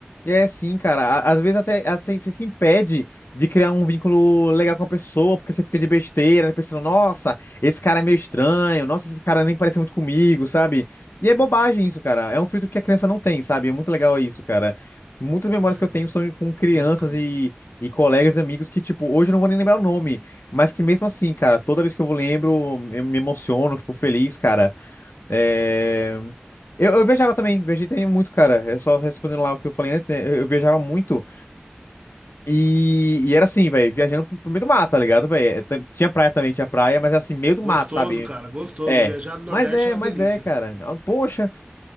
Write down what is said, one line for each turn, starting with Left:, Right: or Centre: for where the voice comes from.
Left: É sim, cara. Á- Às vezes até assim, você se impede de criar um vínculo legal com a pessoa, porque você fica de besteira, né, pensando, nossa, esse cara é meio estranho, nossa, esse cara nem parece muito comigo, sabe? E é bobagem isso, cara. É um filtro que a criança não tem, sabe? É muito legal isso, cara. Muitas memórias
Right: É,
Left: que eu tenho são com
Right: muito
Left: crianças
Right: bacana.
Left: e, e colegas e amigos que, tipo, hoje eu não vou nem lembrar o nome, mas que mesmo assim, cara, toda vez que eu lembro, eu me emociono, fico feliz, cara. É... Eu, eu viajava também, viajei também muito, cara. É só respondendo lá o que eu falei antes, né? Eu, eu viajava muito. E, e era assim, velho, viajando pro, pro meio do mato, tá ligado, velho? É, tam- Tinha praia também, tinha praia, mas era assim, meio do
Right: Gostoso,
Left: mato, sabe?
Right: cara, gostoso.
Left: É.
Right: Viajar no Nordeste
Left: Mas é,
Right: é uma
Left: mas
Right: delícia.
Left: é, cara. Ah, Poxa.